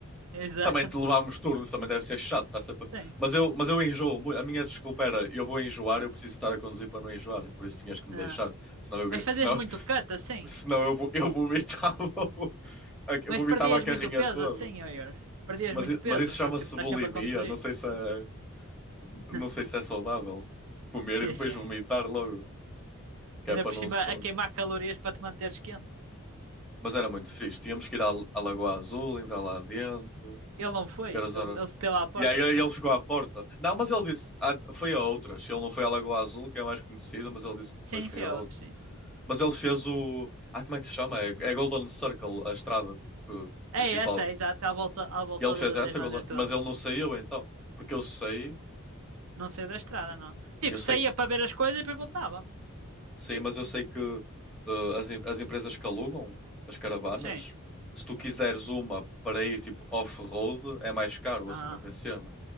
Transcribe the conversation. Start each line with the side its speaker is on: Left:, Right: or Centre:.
Right: exato,
Centre: Também te levámos turnos, também deve ser chato, tá sempre...
Right: sim.
Centre: Mas eu, mas eu enjoo. mu- A minha desculpa era: eu vou enjoar, eu preciso estar a conduzir para não enjoar, e por isso tinhas que me
Right: Ah.
Centre: deixar. Senão eu,
Right: Mas
Centre: gri-
Right: fazias
Centre: senão,
Right: muito
Centre: <laughs>
Right: cut, assim.
Centre: senão eu, vo- eu vomitava, o- <laughs> a- eu
Right: Mas
Centre: vomitava
Right: perdias
Centre: a carrinha
Right: muito peso,
Centre: toda.
Right: assim, Oyer. Perdias
Centre: Mas,
Right: muito
Centre: i-
Right: peso,
Centre: mas isso
Right: porque
Centre: chama-se
Right: estás
Centre: bulimia,
Right: sempre a conduzir.
Centre: não sei se é. Não
Right: <laughs>
Centre: sei se é saudável comer e
Right: Exato.
Centre: depois vomitar logo, que
Right: Ainda
Centre: é para
Right: por
Centre: não,
Right: cima,
Centre: para
Right: a
Centre: não...
Right: queimar calorias para te manteres quente.
Centre: Mas era muito fixe. Tínhamos que ir à, à Lagoa Azul, entrar lá dentro,
Right: Ele não foi,
Centre: ver as
Right: ele,
Centre: horas.
Right: ele bateu à porta
Centre: E aí ele
Right: só.
Centre: ficou à porta. Não, mas ele disse, ah, foi a outras. Ele não foi à Lagoa Azul, que é a mais conhecida, mas ele disse que
Right: Sim,
Centre: depois foi
Right: foi
Centre: a
Right: a
Centre: outra.
Right: outra, sim.
Centre: Mas ele fez o. Ah, como é que se chama? É, é Golden Circle, a estrada tipo, que-
Right: É
Centre: principal.
Right: essa, é exato, à volta, à volta
Centre: E ele fez
Right: da,
Centre: essa,
Right: da Islândia
Centre: Golden-
Right: toda.
Centre: mas ele não saiu então. Porque eu sei,
Right: Não saiu da estrada, não. Tipo,
Centre: eu sei
Right: saía para ver as coisas e depois voltava.
Centre: Sim, mas eu sei que eh, as, em- as empresas que alugam as caravanas,
Right: Sim.
Centre: se tu quiseres uma para ir tipo off-road, é mais caro,
Right: Ah,
Centre: assim qualquer cena.